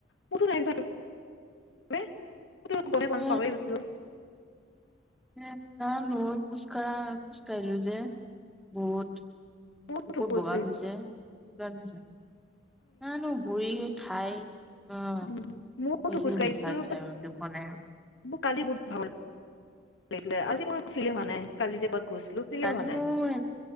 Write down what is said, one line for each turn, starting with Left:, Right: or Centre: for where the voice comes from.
Left: কতো নাই গমে পোৱা
Centre: এ
Left: নাই পাহৰি গৈছিলো
Centre: এ না নই খোজ কঢ়া খোজ কাঢ়িলো যে বহুত
Left: মইতো
Centre: ওপৰত
Left: খোজ
Centre: বগালো
Left: কাঢ়িছো।
Centre: যে গন্ধ জানো গুৰি ঠাই অ
Left: উ মইটো
Centre: সেইখিনি
Left: খোজ কাঢ়িছো
Centre: বিষাইছে
Left: ব
Centre: দুখনে
Left: মোৰ কালি বহুত ভাগৰ লিখিলে আজি মোৰ ফিল হোৱা নাই কালি যে গৈছিলো ক্লিয়াৰ
Centre: কালি
Left: হোৱা নাই
Centre: মোৰ